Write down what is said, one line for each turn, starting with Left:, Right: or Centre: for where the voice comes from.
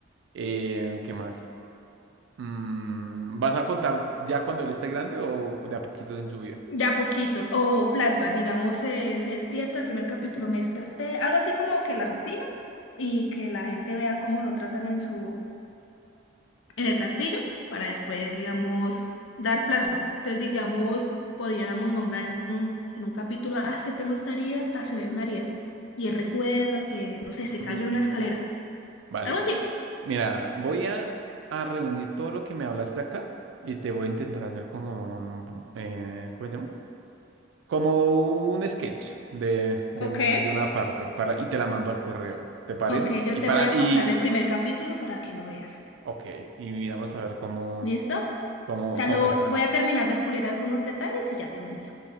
Right: Eh, ¿qué más? Mm, ¿vas a contar ya cuando él esté grande o de a poquitos en su vida?
Left: ya poquitos. O flashback, digamos, eh, se despierta, el primer capítulo me desperté, algo así como que la rutina y que la gente vea cómo lo tratan en su, en el castillo, para después, digamos, dar flashback. Entonces, digamos, pudiéramos nombrar en un, en un capítulo, ah, es que tengo esta herida, ta, se le ve una herida. Y él recuerda que, no sé, se cayó
Right: Mm,
Left: de una escalera.
Right: Vale.
Left: Algo así.
Right: Mira, voy a, a reunir todo lo que me hablaste acá y te voy a intentar hacer como, un- eh, ¿cómo se llama? Como un sketch de, de,
Left: Ok.
Right: un- de una parte para, y te la mando al correo. ¿Te parece?
Left: Ok, yo
Right: Y
Left: te
Right: para,
Left: voy a
Right: y,
Left: pasar el primer capítulo para que lo veas.
Right: ok, y miramos a ver cómo,
Left: ¿Listo? O
Right: cómo,
Left: sea,
Right: cómo
Left: lo
Right: está.
Left: voy a terminar de pulir algunos detalles y ya te lo envío.